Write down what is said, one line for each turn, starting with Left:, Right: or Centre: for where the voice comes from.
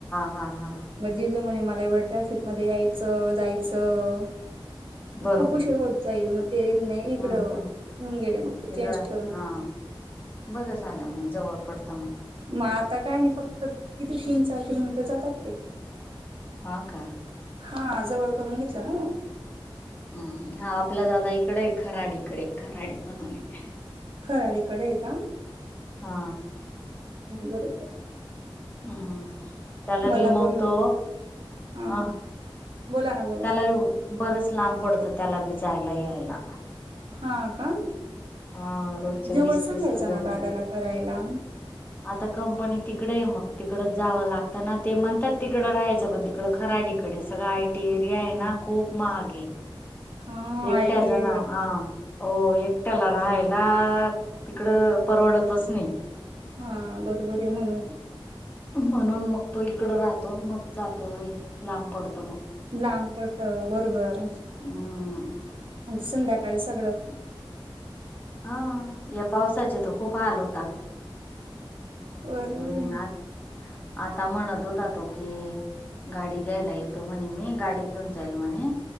Left: हा हा
Right: मग जीजू म्हणे मला एवढं ट्रॅफिक मध्ये यायचं जायचं
Left: बरोबर
Right: खूप उशीर होत जाईल मग ते नाही इकडं
Left: हम्म हम्म
Right: येऊन गेले मग ते
Left: हा
Right: चेंज करून घेतलं
Left: बरं झालं मग जवळ पडत
Right: मग आता काय नाही फक्त किती तीन चार किलोमीटर जातात ते
Left: हा का
Right: हा जवळ करून घेतलं ना मग
Left: हम्म आपल्या दादा इकडे खराडीकडे खराडी म्हणून आहे
Right: खर तिकडे येत हा
Left: हा
Right: बरोबर
Left: हम् त्याला
Right: मला
Left: भी मगतो
Right: बोललो हा
Left: अह
Right: हा बोला ना बोला
Left: त्यालाही
Right: ना
Left: हो बरंच लांब पडतं त्याला बी जायला यायला.
Right: हां का
Left: हा रोजचे
Right: जवळ
Left: वीस
Right: सांगायचं
Left: तीस किलो
Right: ना दादाला करायला.
Left: आता कंपनी तिकडे आहे मग तिकडच जावं लागतं ना, ते म्हणतात तिकडं राहायचं, पण तिकडं खराडीकडे सगळं आयटी एरिया आहे ना? खूप महाग आहे,
Right: हा
Left: एकट्या
Right: आयटी
Left: जण
Right: एरिया
Left: आं हो एकट्याला रहायला- तिकडं परवडतच नाही.
Right: हां बरोबर आहे म्हणून
Left: म्हणून मग तो इकडं राहतो, मग जातो ऐ लांब पडत
Right: लांब पडतं बरोबर
Left: हम्म
Right: आणि संध्याकाळी सगळं
Left: हां या पावसाचे तर खूप हाल होत.
Right: बरोबर
Left: हम्म
Right: आहे.
Left: आ आता म्हणत होता तो की, गाडी घ्यायला येतो म्हणे मी, गाडी घेऊन जाईल म्हणे.